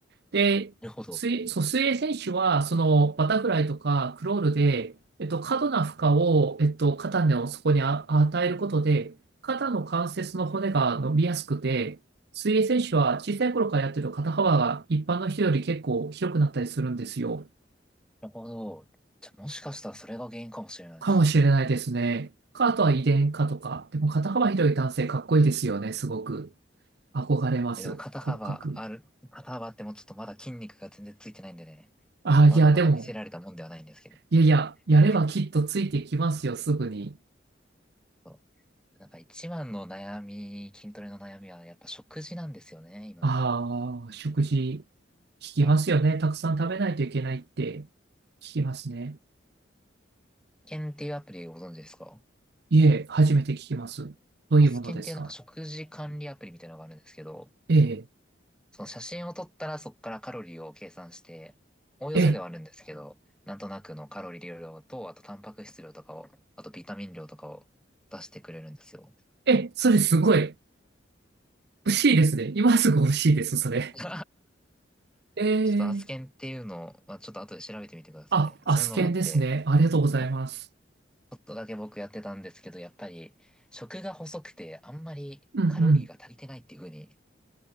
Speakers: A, on the right (about 60°); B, in the centre.
A: で、
B: なるほど。
A: 水、そう、水泳選手は、その、バタフライとかクロールで、えっと、過度な負荷を、えっと、肩のそこにあ与えることで、肩の関節の骨が伸びやすくて、水泳選手は小さい頃からやってると肩幅が一般の人より結構広くなったりするんですよ。
B: なるほど。じゃあ、もしかしたらそれが原因かもしれないですね。
A: かもしれないですね。か、あとは遺伝かとか。でも肩幅広い男性かっこいいですよね、すごく。憧れます。
B: え、でも肩幅ある、
A: 骨格。
B: 肩幅ってもうちょっとまだ筋肉が全然ついてないんでね。
A: あ、
B: うん、まだまだ見せられたもんではないんですけど。
A: いや、でも、いやいや、やればきっとついてきますよ、
B: いやいや。
A: すぐに。
B: そう。なんか一番の悩み、筋トレの悩みはやっぱ食事なんですよね、今は。
A: ああ、食事、聞きますよね。
B: はい
A: たくさん食べないといけないって聞きますね。
B: スケンっていうアプリご存知ですか
A: いえ、初めて聞きます。どういうものですか
B: あ、アスケンっていうなんか食事管理アプリみたいなのがあるんですけど、
A: え
B: その写真を撮ったらそこからカロリーを計算して、おおよせではあるんですけど、
A: え、え、
B: なんとなくのカロリー量と、あとタンパク質量とかを、あとビタミン量とかを出してくれるんですよ。
A: え、それすごい。欲しいですね。今すぐ欲しいです、それ。
B: <laughs> ちょ
A: ええ、
B: っとアスケンっていうのを、まあ、ちょっと後で調べてみてください。
A: あ、アスケンですね。
B: そういうのがあって、
A: ありがとうございます。
B: はい、ちょっとだけ僕やってたんですけど、やっぱり食が細くてあんまりカロリーが足りてないっていう風に
A: うんうん。